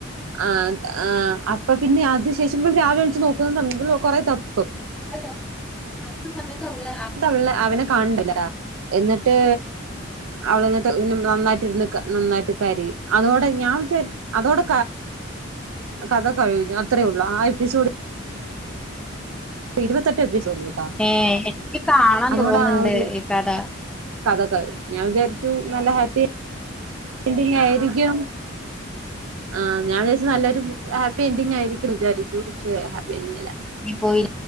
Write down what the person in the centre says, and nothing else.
ആഹ് അതെ കറക്ട സമയത്ത് ഉള്ള
ഏ എനിക്ക് കാണാൻ
തോന്നുന്നുണ്ട്
ഈ കഥ
പോയി